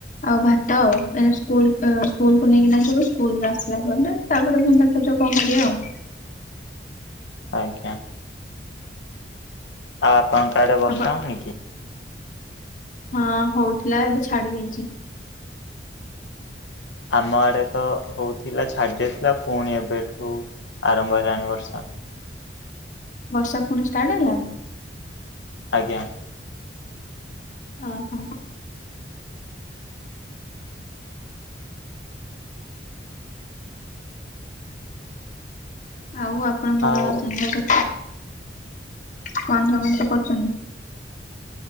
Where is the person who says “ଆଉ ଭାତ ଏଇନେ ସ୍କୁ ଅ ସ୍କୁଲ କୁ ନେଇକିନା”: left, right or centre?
Left